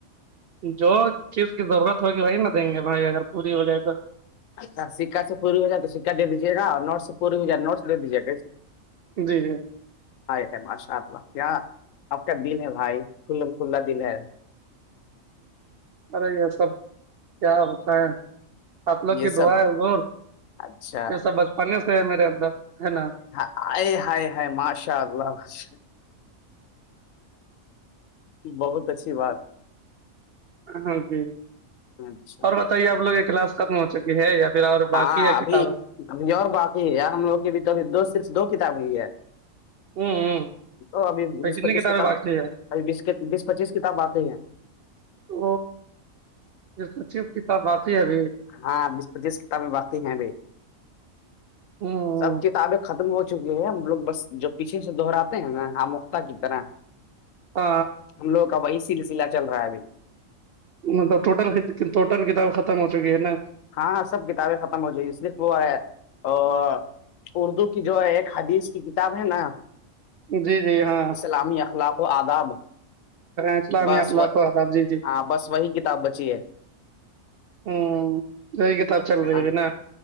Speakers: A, on the right; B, on the left.
A: جو چیز کی ضرورت ہوگی وہی نہ دیں گے بھائی اگر پوری ہو جائے تو
B: اچھا سکا سے پوری ہو جائے تو سکا دے دیجی گا نوٹ سے پوری ہو جائے تو نوٹ سے دے دیجی گا کیسے
A: جی جی
B: ہائے ہے ماشاء اللہ کیا کا دن ہے بھائی ک کھلا دن ہے
A: ارے یہ سب کیا ہوتا ہے آپ لوگ
B: یہ
A: کی دعائیں
B: سب
A: ادور
B: اچھا
A: یہ سب بچپنے سے ہے میرے اندر ہے نا
B: آائے ہائے ہائے ماشاء اللہ باش بہت اچھی بات
A: ہ ج
B: اچھا
A: اور بتائیے آپ لوگ یہ کلاس ختم ہو چکی ہے یا پھر اور
B: ہاں
A: باقی ہے کتاب
B: ابھی ابھی اور باقی ہے ہم لوگ کی بھی تو ابھی دو صر دو کتاب ہی ہے
A: ہوں
B: تو ابھی
A: ہ
B: بیس
A: کتنی
B: پچیس
A: کتابیں
B: کتاب
A: باقی ہے
B: ابھی بیس بیس پچیس کتاب باقی ہے
A: تو یہ سوچیے اس کتاب باقی ہے ابھی
B: ہاں بیس پچیس کتابیں باقی ہیں بھائی
A: ہوں
B: سب کتابیں ختم ہو چکے ہے ہم لوگ بس جو پیچھے سے د دوہراتے ہیں نا آ موختہ کی طرح
A: ہ
B: ہم لوگ کا وہی سلسلہ چل رہا ہے ابھی
A: مطلب ٹوٹل کٹل کتاب خت ہو چکی ہےا
B: ہاں ہاں سب کتابیں ختم ہو جائ صرف وہ ہے اور اردو کی جو ایک حدیث کی کتاب ہے نا
A: جی جی ہاں
B: اسلامی اخلاق و آداب
A: اسلامی
B: بس
A: اخلاق
B: وہ
A: جی جی
B: ہاں بس وہی کتاب بچی ہے
A: ہوں جی کتاب چل رہی
B: ہاں
A: ہے بھی نا